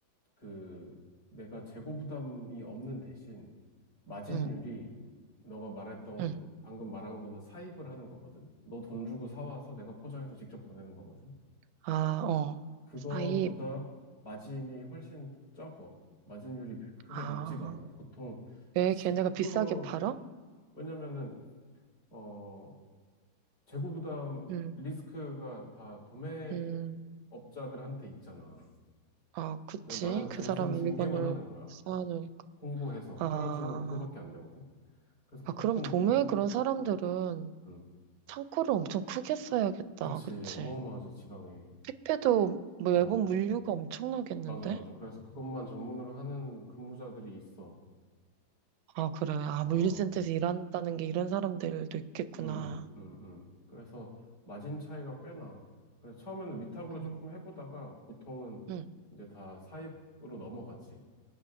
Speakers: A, on the left; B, on the right.
A: 그 내가 재고 부담이 없는 대신 마진율이
B: 응,
A: 너가 말했던
B: 응.
A: 방금 말한 거는 사입을 하는 거거든. 너 돈 주고 사와서 내가 포장해서 직접 보내는 거거든.
B: 아, 어.
A: 그거보다
B: 사입.
A: 마진이 훨씬 적어. 마진율이 크게
B: 아,
A: 높지가 않아. 보통
B: 왜
A: 10%,
B: 걔네가 비싸게 팔아?
A: 왜냐면은, 어, 재고 부담
B: 응,
A: 리스크가 다 도매업자들한테
B: 음.
A: 있잖아.
B: 아, 그치.
A: 나는 단순
B: 그 사람
A: 중개만
B: 물건을
A: 하는 거야.
B: 쌓아놓으니까.
A: 홍보해서
B: 아,
A: 팔아주는 그거밖에 안 되거든. 그래서 보통
B: 아, 그럼 도매에
A: 보면은,
B: 그런 사람들은
A: 음,
B: 창고를 엄청 크게 써야겠다.
A: 그치,
B: 그치.
A: 어마어마하지, 지방에.
B: 택배도 뭐
A: 어,
B: 매번 물류가 엄청나겠는데?
A: 맞아, 맞아. 그래서 그것만 전문으로 하는 근무자들이 있어.
B: 아, 그래. 아,
A: 어,
B: 물류센터에서 일한다는 게 이런 사람들도 있겠구나.
A: 음, 음, 음. 그래서 마진 차이가 꽤 나. 그래서 처음에는 위탁으로
B: 음,
A: 조금 해보다가 보통은
B: 음,
A: 이제 다 사입으로 넘어가지.